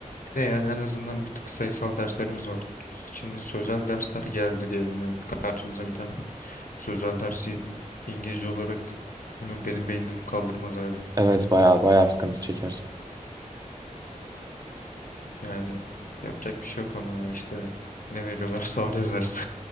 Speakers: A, on the left; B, on the right.
A: Bir de yani en azından bir tık sayısal derslerimiz var. Şimdi sözel dersler geldi diyelim yani karşımıza bir tane. Sözel dersi İngilizce olarak bilmiyorum, benim beynim kaldırmaz abi.
B: Evet bayağı bayağı sıkıntı çekersin.
A: Yani yapacak bir şey yok ama ya işte ne veriyorlarsa alacağız ders.